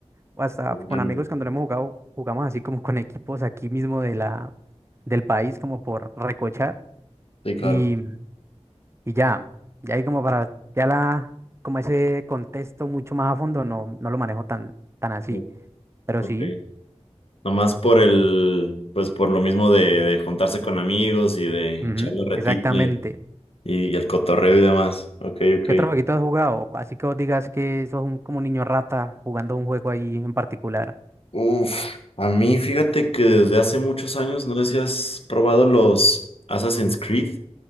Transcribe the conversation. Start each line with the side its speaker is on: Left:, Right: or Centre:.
Right: o hasta con
Left: grande.
Right: amigos cuando lo hemos jugado, jugamos así como con equipos aquí mismo de la, del país, como por recochar.
Left: Sí, claro.
Right: Y, y ya, ya ahí como para, ya la, como ese contexto mucho más a fondo, no, no lo manejo tan, tan así.
Left: Sí,
Right: Pero
Left: Ok.
Right: sí,
Left: Nomás por el, pues por lo mismo de, de juntarse con amigos y de
Right: ujú,
Left: echar la retita
Right: exactamente.
Left: y, y el cotorreo y demás. Ok, ok.
Right: ¿Qué otro jueguito has jugado? Así que vos digas que sos un, como un niño rata jugando un juego ahí en particular.
Left: Uf, a mí fíjate que desde hace muchos años, no sé si has probado los Assassin's Creed.